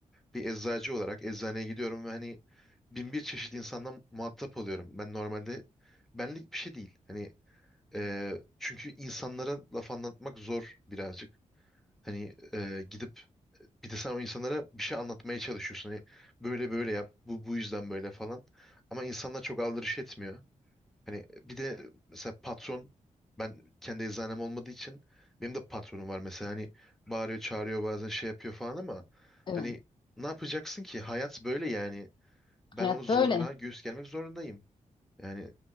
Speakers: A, in the centre; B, on the left.
A: bir eczacı olarak eczaneye gidiyorum ve hani bin bir çeşit insandan muhatap oluyorum. Ben normalde benlik bir şey değil. Hani Ee, çünkü insanlara laf anlatmak zor birazcık. Hani e, gidip bir de sen o insanlara bir şey anlatmaya çalışıyorsun. Hani böyle böyle yap, bu bu yüzden böyle falan. Ama insanlar çok aldırış etmiyor. Hani bir de mesela patron, ben kendi eczanem olmadığı için benim de patronum var mesela. Hani bağırıyor, çağırıyor bazen şey yapıyor falan ama
B: Evet.
A: hani ne yapacaksın ki? Hayat böyle yani. Ben
B: Hayat
A: onu zorla
B: böyle.
A: göğüs germek zorundayım. Yani